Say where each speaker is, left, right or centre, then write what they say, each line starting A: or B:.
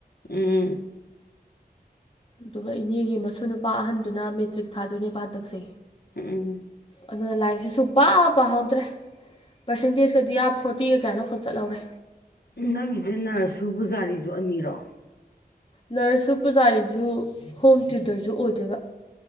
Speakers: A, on the left; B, on the left.
A: ꯎꯝ
B: ꯑꯗꯨꯒ ꯏꯅꯦꯒꯤ ꯃꯁꯨ ꯅꯨꯄꯥ ꯑꯍꯟꯗꯨꯅ ꯃꯦꯇ꯭ꯔꯤꯛ ꯊꯥꯗꯣꯏꯅꯦꯕ ꯍꯟꯇꯛꯁꯦ
A: ꯎꯝ
B: ꯑꯗꯨꯅ ꯂꯥꯏꯔꯤꯛꯁꯤ ꯁꯨꯡ ꯄꯥ ꯄꯥꯍꯧꯗ꯭ꯔꯦ ꯄꯔꯁꯦꯟꯇꯦꯖꯀꯗꯤ ꯑꯞ ꯐꯣꯔꯇꯤꯒ ꯀꯌꯥꯅꯣꯈꯛ ꯆꯠꯍꯧꯔꯦ
A: ꯎ ꯅꯪꯒꯤꯁꯦ ꯅꯔꯁꯨ ꯄꯨꯕꯨꯖꯥꯔꯤꯁꯨ ꯑꯅꯤꯔꯣ
B: ꯅꯔꯁꯁꯨ ꯄꯨꯖꯥꯔꯤꯁꯨ ꯍꯣꯝ ꯇ꯭ꯌꯨꯇꯔꯁꯨ ꯑꯣꯏꯗꯣꯏꯕ